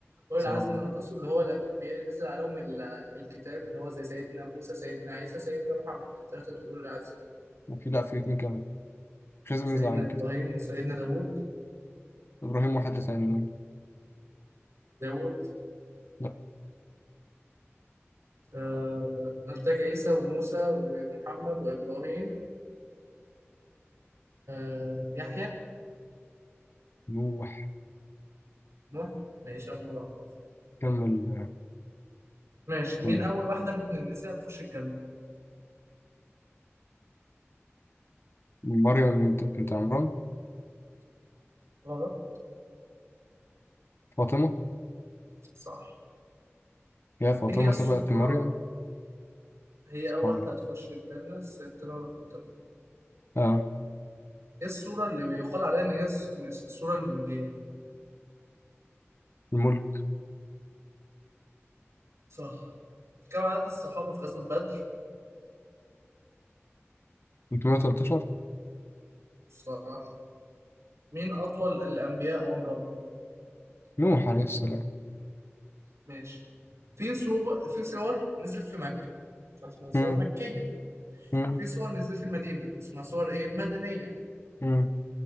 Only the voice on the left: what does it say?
سارة
وهاجر
وفي لأ في اتنين كمان مش لازم
ننزل عن الكتاب
إبراهيم وحد تاني مين؟
لأ
نوح
كمل
كمل
مريم بنت بنت عمران
فاطمة
يا فاطمة
سبقت مريم
سبحان
الله
آه
الملك
313
نوح عليه السلام
مم.
مم.
مم.